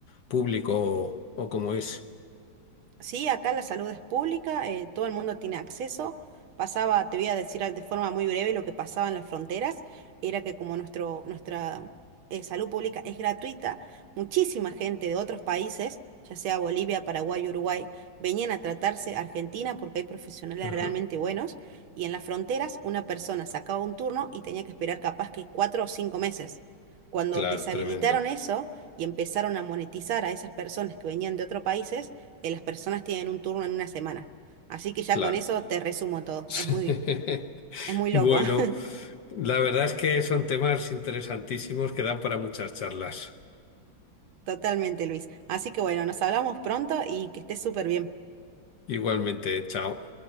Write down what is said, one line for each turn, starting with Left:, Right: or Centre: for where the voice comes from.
Left: público o, o cómo es.
Right: Sí, acá la salud es pública, eh, todo el mundo tiene acceso. Pasaba, te voy a decir de forma muy breve lo que pasaba en las fronteras, era que como nuestro, nuestra eh, salud pública es gratuita, muchísima gente de otros países, ya sea Bolivia, Paraguay, Uruguay, venían a tratarse a Argentina porque hay profesionales
Left: Ajá.
Right: realmente buenos y en las fronteras una persona sacaba un turno y tenía que esperar capaz que cuatro o cinco meses. Cuando
Left: Claro,
Right: deshabilitaron
Left: tremendo,
Right: eso y empezaron a monetizar a esas personas que venían de otros países, que las personas tienen un turno en una semana. Así que ya
Left: claro.
Right: con eso te resumo todo.
Left: <laughs>
Right: Es muy, es muy loco.
Left: Bueno,
Right: <laughs>
Left: la verdad es que son temas interesantísimos que dan para muchas charlas.
Right: Totalmente, Luis. Así que bueno, nos hablamos pronto y que estés súper bien.
Left: Igualmente, chao.